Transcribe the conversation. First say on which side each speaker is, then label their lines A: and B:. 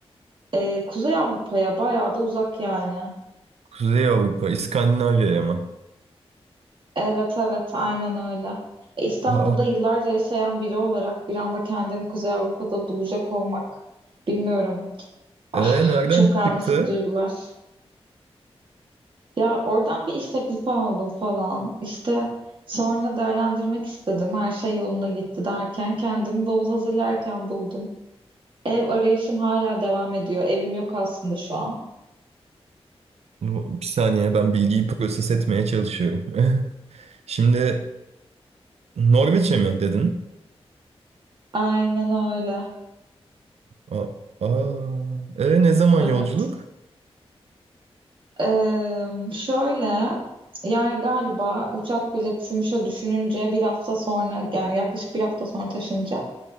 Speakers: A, on the right (about 50°); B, on the right (about 80°).
A: Ee, Kuzey Avrupa'ya bayağı da uzak yani.
B: Kuzey Avrupa, İskandinavya'ya mı?
A: Evet evet aynen öyle. E, İstanbul'da
B: Aa,
A: yıllarca yaşayan biri olarak bir anda kendimi Kuzey Avrupa'da bulacak olmak bilmiyorum. Ah
B: e, nereden
A: çok karmaşık
B: çıktı?
A: duygular. Ya oradan bir iş teklifi aldım falan. İşte sonra değerlendirmek istedim. Her şey yolunda gitti derken kendimi bavul hazırlarken buldum. Ev arayışım hala devam ediyor. Evim yok aslında şu an.
B: Bu- Bir saniye ben bilgiyi proses etmeye çalışıyorum. <laughs> Şimdi Norveç'e mi dedin?
A: Aynen öyle.
B: Aa, aa, e, ne zaman
A: Evet.
B: yolculuk?
A: Eee, şöyle yani galiba uçak biletimi şöyle düşününce bir hafta sonra yani yaklaşık bir hafta sonra taşınacağım.